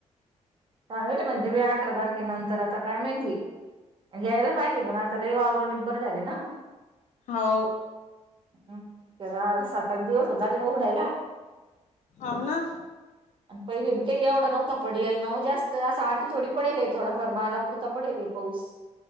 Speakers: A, on the right (about 45°); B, on the left (about 75°).
A: सांगितले म्हणे मी अठरा तारखेनंतर आता काय माहिती यायला पाहिजे पण आता वावर निबर झाले ना.
B: हो.
A: हम् चरा सात आठ दिवस होत आले उघडायला.
B: हाव ना
A: आणि पहिले ते एवढं नव्हता पडलेला नव्ह्या. त असं आठ थोडी पडेल आहे थोडाफर मला पुरता पडेल आहे पाऊस.